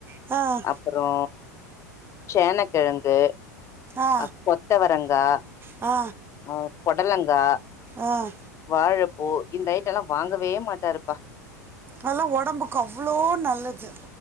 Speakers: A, on the right (about 25°); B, on the left (about 30°).
A: அ
B: அப்றோ சேனக்கெழங்கு
A: ஆ
B: அக் கொத்தவரங்கா
A: ஆ
B: ஓ பொடலங்கா
A: ஆ
B: வாழப்பூ இந்த ஐட்டல்லா வாங்கவே மாட்டாருப்பா
A: அதுல்லா ஒடம்புக்கு அவ்ளோ நல்லது